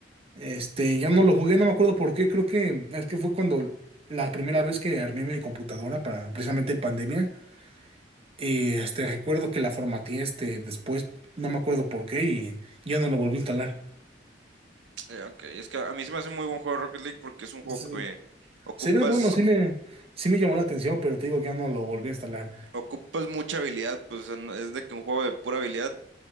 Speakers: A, on the right; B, on the right.
A: este, ya no lo jugué, no me acuerdo por qué. Creo que es que fue cuando la primera vez que armé mi computadora para precisamente en pandemia. Y este, recuerdo que la formateé este, después, no me acuerdo por qué, y ya no lo volví a instalar.
B: Eh, ok, es que a mí se me hace muy buen juego Rocket League porque es un juego
A: Se,
B: que ocupas,
A: se ve bueno, sí me, sí me llamó la atención, pero te digo que ya no lo volví a instalar.
B: ocupas mucha habilidad, pues, o sea, no- es de que un juego de pura habilidad,